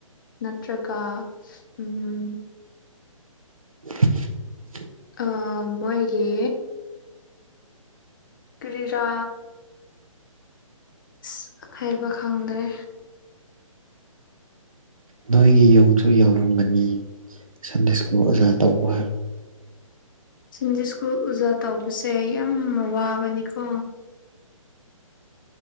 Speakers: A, on the left (about 35°); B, on the right (about 75°).
A: ꯅꯠꯇ꯭ꯔꯒ ꯎꯝ
B: <inaudible>
A: ꯑ ꯃꯣꯏꯒꯤ ꯀꯔꯤꯔꯥ ꯏꯁ ꯍꯥꯏꯕ ꯈꯪꯗ꯭ꯔꯦ
B: ꯅꯣꯏꯒꯤ ꯌꯨꯝꯁꯨ ꯌꯧꯔꯝꯒꯅꯤ ꯁꯟꯗꯦꯁꯀ ꯑꯣꯖꯥ ꯇꯧꯋꯥ
A: ꯁꯤꯟꯖꯨ ꯁ꯭ꯀꯨꯜ ꯎꯖꯥ ꯇꯧꯕꯁꯦ ꯌꯥꯝ ꯋꯥꯕꯅꯤꯀꯣ